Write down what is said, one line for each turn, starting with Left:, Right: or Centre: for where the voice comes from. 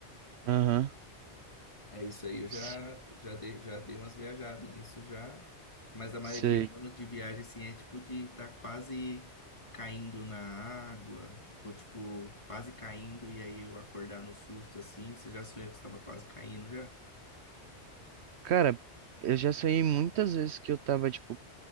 Right: Aham,
Left: É isso aí, eu já,
Right: s-
Left: já dei, já dei umas viajadas nisso já. Mas a maioria
Right: sei.
Left: mesmo de viagem, assim, é tipo de tá quase caindo na água, ou tipo, quase caindo e aí eu acordar no susto, assim. Você já sonhou que você tava quase caindo já?
Right: Cara, eu já sonhei muitas vezes que eu tava, tipo,